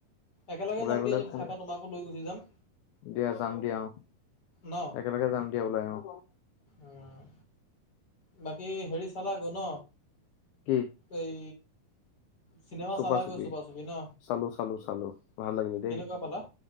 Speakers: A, on the left (about 30°); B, on the left (about 70°).
A: একেলগে
B: ওলাই
A: যাম
B: গলে
A: দিয়া যদি
B: ফোন
A: চখা তোমাকো লৈ গুচি যাম
B: দিয়া যাম দিয়া অ
A: ন
B: একেলগে যাম দিয়া ওলাই আহ
A: উম, বাকী হেৰি চালা গ ন
B: কি
A: এই চিনেমা
B: চুপা
A: চালাগৈ
B: চুপি
A: ন
B: চালো চালো চালো ভাল লাগিলে
A: কেনেকুৱা
B: দেই
A: পালা